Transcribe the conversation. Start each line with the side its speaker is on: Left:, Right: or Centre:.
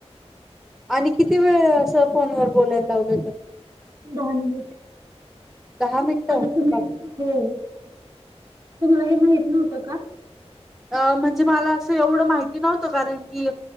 Centre: आणि किती वेळ असं फोन वर बोलायला लावलं तर?
Right: दहा मिनिट
Centre: दहा मिनिटं
Right: आता तुम्ही
Centre: बापरे
Right: हो तुम्हाला हे माहित नव्हतं का?
Centre: अ म्हणजे मला असं एवढं माहिती नव्हतं कारण की